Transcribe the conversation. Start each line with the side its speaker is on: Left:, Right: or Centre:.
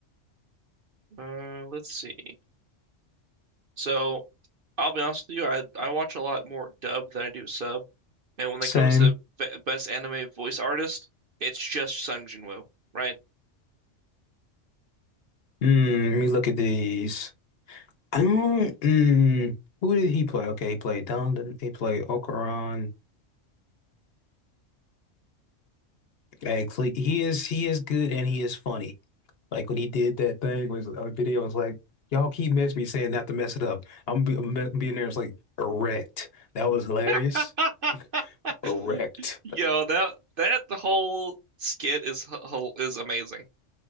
Right: Uh, let's see. So, I'll be honest with you. I I watch a lot more dub than I do sub, and when it
Left: Same.
Right: comes to be- best anime voice artist, it's just Sung Jin Woo, right?
Left: Mm, let me look at these. Mm, mm. Who did he play? Okay, he played Don, he played Okoron. Actually, he is he is good and he is funny. Like when he did that thing was a video was like, y'all keep messing me saying not to mess it up. I'm be, me- being there. It's like erect. That was hilarious.
Right: <laughs>
Left: Erect.
Right: Yo, that that whole skit is h- h- is amazing.